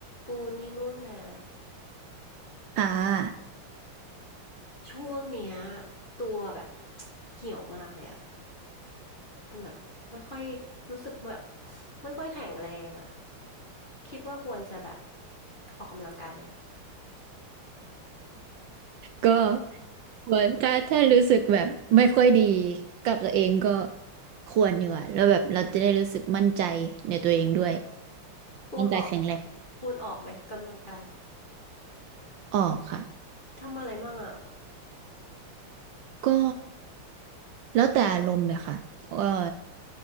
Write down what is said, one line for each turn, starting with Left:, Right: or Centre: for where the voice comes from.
Left: ปูนี่นู่นนะ
Right: อ่า
Left: ช่วงเนี้ยตัวแบบ <tsk> เหี่ยวมากเลยอะมันแบบไม่ค่อยรู้สึกแบบไม่ค่อยแข็งแรงอะคิดว่าควรจะแบบออกกำลังกายไหม
Right: ก็ควรถ้าถ้ารู้สึกแบบไม่ค่อยดีกับตัวเองก็ควรดีกว่าแล้วแบบเราจะได้รู้สึกมั่นใจในตัวเองด้วย
Left: ปูนออก
Right: มั่นใจแข็งแรง
Left: ปูนออกไหมกำลังกาย
Right: ออกค่ะ
Left: ทำอะไรมั่งอะ
Right: ก็แล้วแต่อารมณ์เลยค่ะว่า